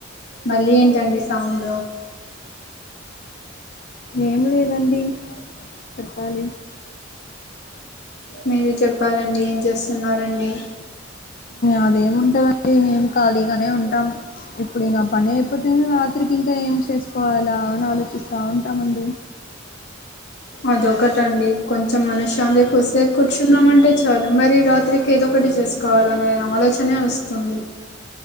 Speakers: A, on the left; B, on the left.
A: మళ్ళీ ఏంటండి సౌండ్
B: ఏం లేదండి చెప్పాలి
A: మీరు చెప్పాలండి ఏం చేస్తున్నారండి
B: అదే ఏమి ఉంటదండి మేము ఖాళీగానే ఉంటాం ఇప్పుడు ఇంకా పని అయిపోతేనే రాత్రికి ఇంకా ఏం చేసుకోవాలా అని ఆలోచిస్తా ఉంటామండి
A: అదొకటండి కొంచెం మ <unintelligible> చంద్రకుద్దిసేపు కూర్చున్నామంటే చాలు మరి రాత్రికి ఏదో ఒకటి చేసుకోవాలనే ఆలోచనే వస్తుంది